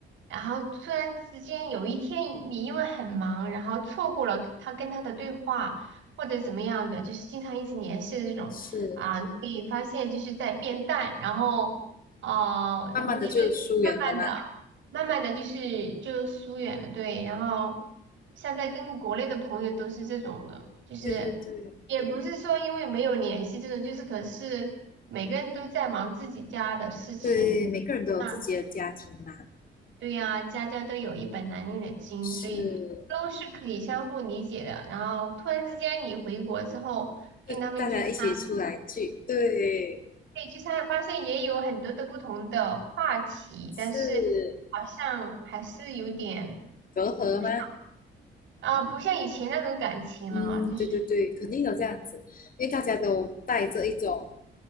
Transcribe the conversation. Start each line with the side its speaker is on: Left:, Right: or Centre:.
Right: 然后突然之间有一天你因为很忙，然后错过了他跟他的对话或者怎么样的，就是经常一直联系的这种啊，
Left: 是，
Right: 你可以发现就是在变淡，然后哦、
Left: 慢慢的就疏远了吗？
Right: 然后就是慢慢的、慢慢的就是就疏远了，对，
Left: 嗯，
Right: 然后现在跟国内的朋友都是这种的，就是也不是说因为没有联系这种，
Left: 对对对，
Right: 就是可是每个人都在忙自己家的事情。
Left: 对，每个人都有自己的家庭嘛，
Right: 啊。对呀，家家都有一本难念的经，
Left: 是，
Right: 所以都是可以相互理解的。然后突然之间你回国之后跟他们聚餐，
Left: 就大家一起出来聚，对，
Right: 对，聚餐发现也有很多的不同的话题，但是好像还是有点
Left: 是隔阂吗？
Right: 不像啊、不像以前那种感情了，
Left: 嗯，
Right: 就是
Left: 对对对，肯定有这样子，因为大家都带着一种